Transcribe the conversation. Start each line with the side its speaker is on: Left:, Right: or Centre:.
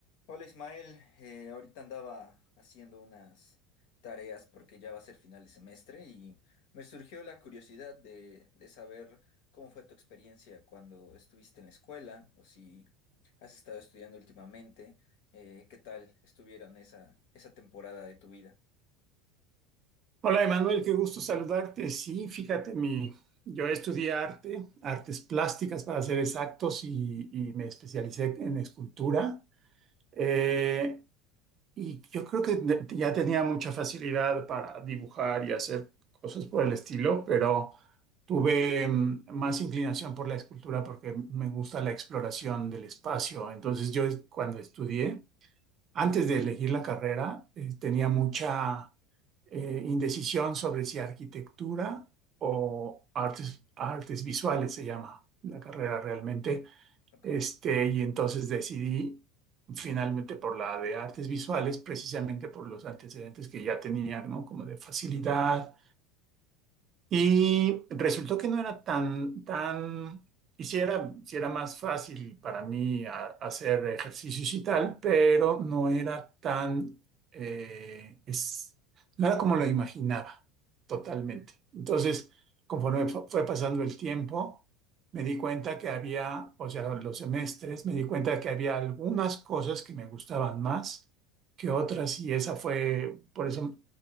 Left: Hola Ismael, Eh, ahorita andaba haciendo unas tareas porque ya va a ser final de semestre y me surgió la curiosidad de, de saber cómo fue tu experiencia cuando estuviste en la escuela o si has estado estudiando últimamente, eh, qué tal estuvieron esa, esa temporada de tu vida.
Right: Hola, Emanuel, qué gusto saludarte. Sí, fíjate, mi, yo estudié arte, artes plásticas para ser exactos, y, y me especialicé en escultura. Eh, y yo creo que de- ya tenía mucha facilidad para dibujar y hacer cosas por el estilo, pero tuve mm, más inclinación por la escultura porque me gusta la exploración del espacio. Entonces yo cuando estudié antes de elegir la carrera, eh, tenía mucha eh, indecisión sobre si arquitectura o artes, artes visuales se llama la carrera realmente.
Left: Ok,
Right: Este, y entonces decidí finalmente por la de artes visuales, precisamente por los antecedentes que ya tenía, ¿no? Como de facilidad y resultó que no era tan, tan, y sí era, sí era más fácil para mí a- hacer ejercicios y tal, pero no era tan, eh, es, no era como lo imaginaba totalmente. Entonces, conforme fu- fue pasando el tiempo, me di cuenta que había, o sea, los semestres, me di cuenta que había algunas cosas que me gustaban más que otras, y esa fue, por eso